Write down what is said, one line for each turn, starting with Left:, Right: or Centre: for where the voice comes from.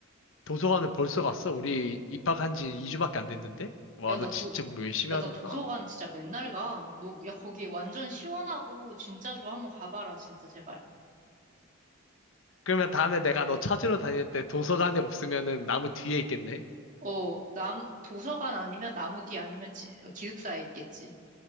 Left: 도서관을 벌써 갔어? 우리 입학한 지 2주밖에 안 됐는데? 와,
Right: 야,
Left: 너
Right: 나
Left: 진짜
Right: 도,
Left: 공부 열심히
Right: 야,
Left: 하는구나.
Right: 나 도서관 진짜 맨날 가. 너, 야, 거기 완전 시원하고 진짜 좋아. 한 번 가봐라, 진짜, 제발.
Left: 그러면 다음에 내가 너 찾으러 다닐 때 도서관에 없으면은 나무 뒤에 있겠네?
Right: 어, 남, 도서관 아니면 나무 뒤 아니면 지- 기숙사에 있겠지.